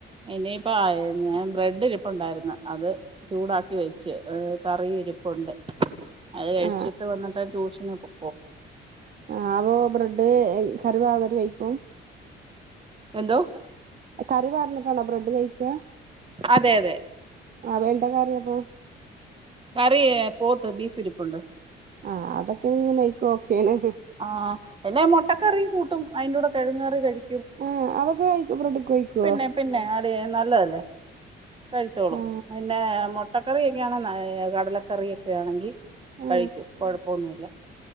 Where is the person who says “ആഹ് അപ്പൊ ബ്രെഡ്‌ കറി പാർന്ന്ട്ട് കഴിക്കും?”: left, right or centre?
Right